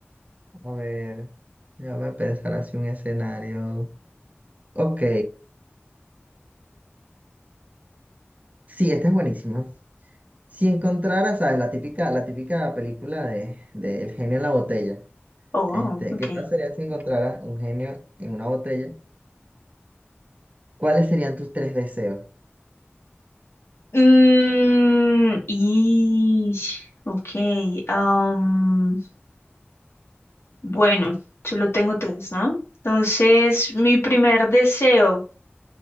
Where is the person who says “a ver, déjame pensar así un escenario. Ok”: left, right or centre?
Right